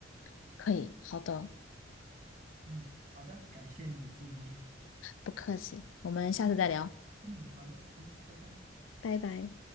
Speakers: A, on the left; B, on the right.
A: <laughs> 可以，好的，
B: 嗯，好的，感谢你的建议。
A: 不客气，我们下次再聊，
B: 嗯，好的，嗯，拜拜。
A: 拜拜。